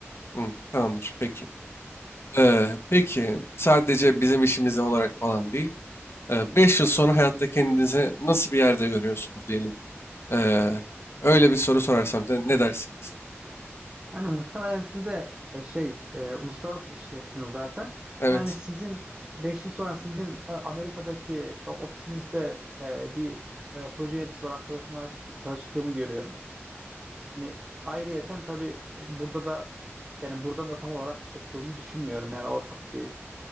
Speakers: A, on the left; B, on the right.
A: Hı, tamamdır. Peki. Ee, peki sadece bizim işimiz olarak falan değil. Ee, Beş yıl sonra hayatta kendinizi nasıl bir yerde görüyorsunuz diyelim. Eee, öyle bir soru sorarsam size ne dersiniz?
B: Yani muhtemelen siz de e, şey e, uluslararası bir şirketsiniz zaten.
A: Evet,
B: Yani sizin 5 yıl sonra sizin e, Amerika'daki e, ofisinizde e, bir e, proje yöneticisi olarak çalışma, çalıştığımı görüyorum. Yani ayrıyeten tabii e, burada da yani buradan da tam olarak koptuğumu düşünmüyorum. Yani ortak bir